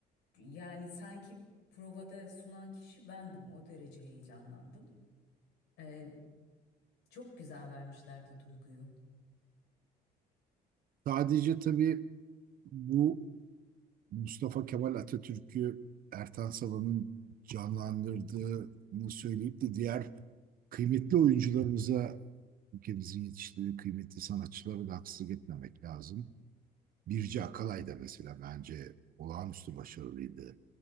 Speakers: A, on the left; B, on the right.
A: yani sanki provada sunan kişi bendim o derece heyecanlandım E, çok güzel vermişlerdi duyguyu.
B: sadece tabii bu Mustafa Kemal Atatürk'ü Ertan Salan'ın canlandırdığını söyleyip de diğer kıymetli oyuncularımıza ülkemizin yetiştirdiği kıymetli sanatçılara da haksızlık etmemek lazım. Birce Akalay da mesela bence olağanüstü başarılıydı.